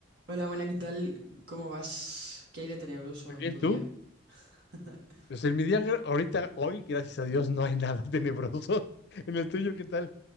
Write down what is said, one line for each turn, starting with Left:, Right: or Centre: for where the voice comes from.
Right: Hola, buena, ¿qué tal? ¿Cómo vas? ¿Qué hay de tenebroso
Left: Muy
Right: en
Left: bien,
Right: tu
Left: ¿tú?
Right: día? <laughs>
Left: Pues en mi día, gra- ahorita, hoy, gracias a Dios, no hay nada <laughs> tenebroso. En el tuyo, ¿qué tal?